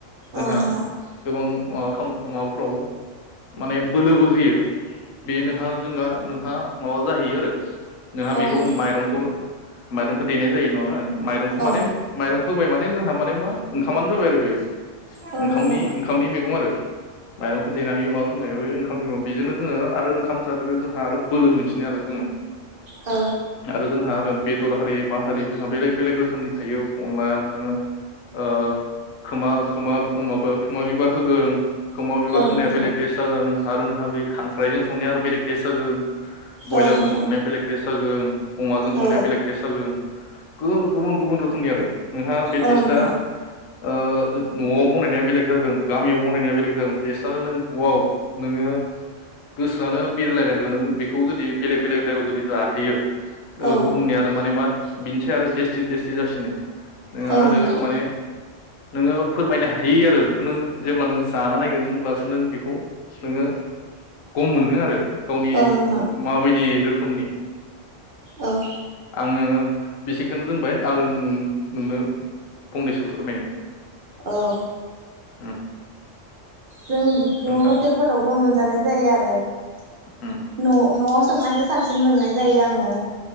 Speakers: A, on the left (about 85°); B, on the right (about 50°).
A: जोंहा
B: औ नोंथां
A: गोबां माबा खाम-माबाफ्राव माने बोलोबो होयो बे नोंहा जोंहा नोंहा माबा जाहैयो आरो। नोंहा बेखौ
B: औ नोंथां
A: माइरंखौ माइदंखौे देनाय जायो नरा माइरंखौ
B: औ
A: मानि माइरंखौ होबाय माने हा माने मा ओंखामानो जाबाय आरो बियो
B: औ
A: ओंखामनि
B: नोंथां
A: ओंखामनि मैगं आरो। माइरं खो देनानै माबा खालामनायाव ओंखाम बेजोंनो जोङो आरो ओंखाम जाग्रायाव जोंहा आरो बोलो मोनसि नो आरो जोङो
B: औ
A: आरो जोंहा आरो बेदर हारि मा हारि जोंहा बेलेग बेलेग रोखोमनि थायो अनला नोङो ओ खोमा खोमा माबा खोमा बिबार होगोन खोमाव बिबार
B: औ
A: होनाया
B: नोंथां
A: बेलेग टेस्ट जागोन आरोनो हा बे खांख्राइजों संनाया आरो बेलेक टेस जागोन ब्रयलारजों
B: औ नोंथां
A: संनाया बेलेक टेस्ट जागोन अमाजों
B: औ
A: संनाया बेलेग टेस्ट जागोन गुबुन गुबुन रोखोमनि आरो नोंहा बे
B: औ
A: टेस्टआ
B: नोंथां
A: ओ न'आव बनायनाया बेलेग जागोन गामियाव बनायनाया बेलेग जागोन टेस्टआानो नों हआव नोङो गोसोआनो बिरलायनांगोन नों बेखौ जुदि बेलेग बेलेग जायगायाव जुदि जाहैयो। ओ
B: औ
A: गुबुननिया माने मा बिनोसै आरो टेस्टि टेस्टि जासिनो नोङो
B: औ
A: आरो
B: नोंथां
A: माने नोङो फोरमायनो हायि आरो बेखौ नों जेब्ला नों जाना नायगोन होमब्लासो नों बेखौ नोङो गम मोनगोन आरो गावनि
B: औ नोंथां
A: माबायदि रो खोमनि
B: औ
A: आङो बेसेखोनो दोनबाय आरो नों नोंनो फंनैसो फोरमायनो
B: औ।
A: उम
B: जों बिखौ
A: नोंथां
B: हटेलफोरावबो मोनजानाय जायो आरो न'
A: उम
B: न'आव सोंनायखौ साबसिन मोननाय जायो आङो